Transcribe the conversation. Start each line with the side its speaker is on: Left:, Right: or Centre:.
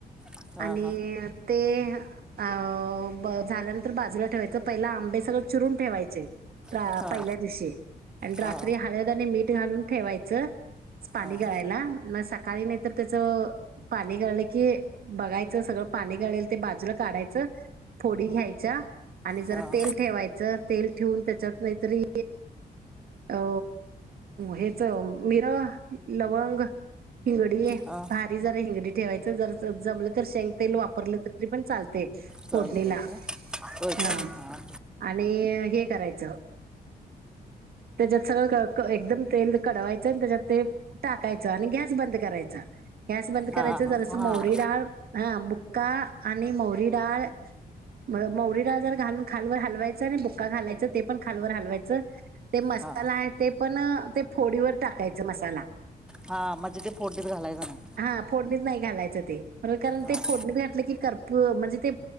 Centre: हां
Right: आणि
Centre: हां
Right: ते अ झाल्यानंतर बाजूला ठेवायचं पहिला आंबे सगळं चिरून ठेवायचे
Centre: हां
Right: पहिल्या दिवशी आणि रात्री
Centre: हां
Right: हळद आणि मीठ घालून ठेवायचं पाणी
Centre: हां
Right: गळायला म सकाळी नाही तर त्याच पाणी गळलं की बघायचं सगळं पाणी गळेल ते बाजूला काढायचं फोडी घ्यायच्या. आणि जरा
Centre: हां
Right: तेल ठेवायचं तेल ठेवून त्याच्यात नाहीतरी अ हेच मिर लवंग हिंगडी
Centre: हां
Right: भारी जरा हिंगडी ठेवायच जर जमलं तर शेंग तेल वापरलं तरी पण चालते.
Centre: चालतंय
Right: फोडणीला
Centre: काय होय
Right: हा
Centre: का हां
Right: आणि हे करायचं. त्याच्यात सगळं एकदम तेल कडवायचं आणि त्याच्यात ते टाकायचं आणि गॅस बंद करायच गॅस बंद
Centre: हां
Right: करायच जर अस
Centre: हां
Right: मौरी डाळ. हा बुक्का आणि मौरी डाळ मग मौरीला आजार घालून खालवर हलवायचं आणि बुक्का घालायचं ते पण खालवर हलवायचं. ते मसाला
Centre: हां
Right: आहे ते पण ते फोडीवर टाकायचं मसाला
Centre: हा म्हणजे ते फोर्टस घालायचं नाही.
Right: हा फोडणीत नाही घालायचं ते कारण
Centre: हां
Right: ते फोडणीत घातलं की कर्पूर म्हणजे ते